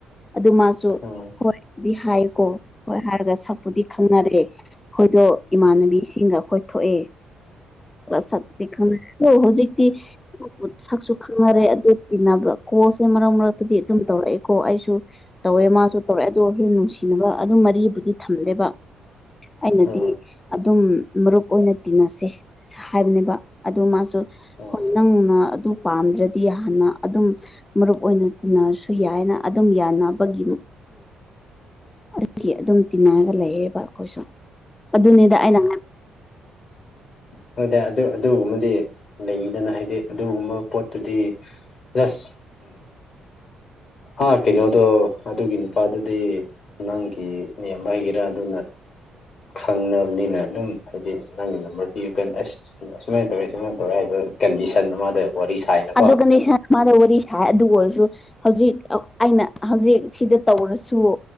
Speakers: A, on the left; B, on the left.
A: ꯑꯗꯨ ꯃꯥꯁꯨ
B: ꯎꯝ
A: ꯍꯣꯏꯗꯤ ꯍꯥꯏ ꯀꯣ ꯍꯣꯏ ꯍꯥꯏꯔꯒ ꯁꯛꯄꯨꯗꯤ ꯈꯪꯅꯔꯑꯦ ꯑꯩꯈꯣꯏꯗꯣ ꯏꯃꯥꯟꯅꯕꯤꯁꯤꯡꯒ ꯑꯩꯈꯣꯏ ꯊꯣꯛꯑꯦ ꯁꯅ ꯍ ꯍꯧꯖꯤꯛꯇꯤ ꯁꯛꯁꯨ ꯈꯪꯅꯔꯦ ꯑꯗꯨꯅꯕ ꯀꯣꯜꯁꯦ ꯃꯔꯛ ꯃꯔꯛꯇꯗꯤ ꯑꯗꯨꯝ ꯇꯧꯔꯛꯑꯦꯀꯣ ꯑꯩꯁꯨ ꯇꯧꯋꯦ ꯃꯥꯁꯨ ꯇꯧꯔꯦ ꯑꯗꯣ ꯍꯌꯦ ꯅꯨꯡꯁꯤꯅꯕ ꯑꯗꯨꯝ ꯃꯔꯤꯕꯨꯗꯤ ꯊꯝꯗꯦꯕ ꯑꯩꯅꯗꯤ
B: ꯎꯝ
A: ꯑꯗꯨꯝ ꯃꯔꯨꯞ ꯑꯣꯏꯅ ꯇꯤꯟꯅꯁꯦ ꯍꯥꯏꯕꯅꯦꯕ ꯑꯗꯨ ꯃꯥꯁꯨ
B: ꯎꯝ
A: ꯍ ꯅꯪꯅ ꯑꯗꯨ ꯄꯥꯝꯗ꯭ꯔꯗꯤ ꯍꯥꯟꯅ ꯑꯗꯨꯝ ꯃꯔꯨꯞ ꯑꯣꯏꯅ ꯇꯤꯟꯅꯔꯁꯨ ꯌꯥꯏꯅ ꯑꯗꯨꯝ ꯌꯥꯅꯕꯒꯤ ꯑꯗꯨꯒꯤ ꯑꯗꯨꯝ ꯇꯤꯟꯅꯔꯒ ꯂꯩꯌꯦꯕ ꯑꯩꯈꯣꯏꯁꯨ ꯑꯗꯨꯅꯤꯗ ꯑꯩꯅ
B: ꯑꯗꯨꯣꯏꯗꯤ ꯑꯗꯨ ꯑꯗꯨꯒꯨꯝꯕꯗꯤ ꯂꯩꯗꯅ ꯍꯥꯏꯗꯤ ꯑꯗꯨꯒꯨꯝꯕ ꯄꯣꯠꯇꯨꯗꯤ ꯖꯁ ꯑꯥ ꯀꯩꯅꯣꯗꯣ ꯑꯗꯨꯒꯤꯅ ꯅꯨꯄꯥꯗꯨꯗꯤ ꯅꯪꯒꯤ ꯅꯦꯝꯕ ꯍꯥꯏꯒꯦꯔꯥ ꯑꯗꯨꯅ ꯈꯪꯅꯕꯅꯤꯅ ꯑꯗꯨꯝ ꯍꯥꯏꯗꯤ ꯅꯪꯒꯤ ꯅꯝꯕ ꯌꯨ ꯀꯦꯟ ꯑꯁ ꯑꯨꯃꯥꯏꯅ ꯇꯧꯋꯦ ꯁꯨꯃꯥꯏꯅ ꯇꯧꯋꯦ ꯍꯥꯏꯕ ꯀꯟꯗꯤꯁꯟ ꯑꯃꯗ ꯋꯥꯔꯤ ꯁꯥꯏꯔ
A: ꯑꯗꯨꯗꯒꯅꯦꯁ ꯃꯥꯗ ꯋꯥꯔꯤ ꯁꯥꯏ ꯑꯗꯨ ꯑꯣꯏꯔꯁꯨ ꯍꯧꯖꯤꯛ ꯑꯩꯅ ꯍꯧꯖꯤꯛ ꯁꯤꯗ ꯇꯧꯔꯁꯨ